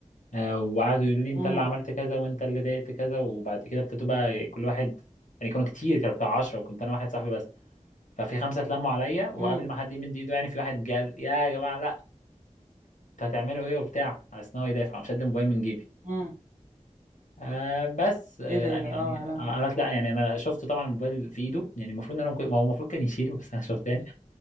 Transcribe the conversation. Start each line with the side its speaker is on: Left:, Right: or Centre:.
Left: آه، وقعدوا يقولوا لي انت
Right: امم
Left: اللي عملت كذا وانت اللي ضايقت كذا وبعد كده ابتدوا بقى كل واحد يعني كانوا كتير كانوا بتاع 10 وكنت انا واحد صاحبي بس ففي خمسة اتلموا عليا وقبل
Right: امم
Left: ما حد يمد ايده يعني في واحد قال يا جماعة لا انتوا هتعملوا ايه وبتاع على اساس ان هو يدافع مش هدي الموبايل من جيبي
Right: امم
Left: آه بس آه
Right: ايه ده ايه ده
Left: يعني
Right: اه يا لهوي
Left: انا لا يعني انا شفته طبعا الموبايل في ايده يعني المفروض ان انا ممكن- ما هو المفروض كان يشيله بس انا شفته يعني